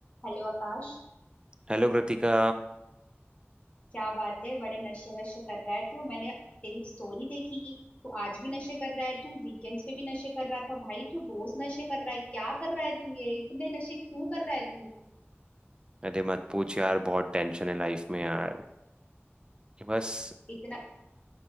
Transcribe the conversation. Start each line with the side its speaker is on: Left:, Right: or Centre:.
Left: हेलो आकाश
Right: Hello Kritika
Left: क्या बात है बड़े नशे वशे कर रहा है तू मैंने तेरी स्टोरी देखी तू आज भी नशे कर रहा है तू वीकेंड्स पे भी नशे कर रहा था भाई तू रोज नशे कर रहा है क्या कर रहा है तू ये इतने नशे क्यों कर रहा है तू
Right: अरे मत पूछ यार बहुत टेंशन है लाइफ में यार बस
Left: इतना